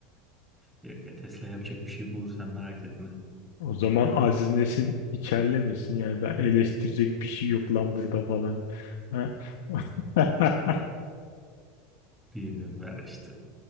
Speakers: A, in the centre; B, on the left.
A: Yok ya Tesla yapacak bir şey bulursan merak etme.
B: O zaman Aziz Nesin içerlemesin yani ben eleştirecek bir şey yok lan burada falan. Ha? <laughs>
A: Bilmiyorum ya işte.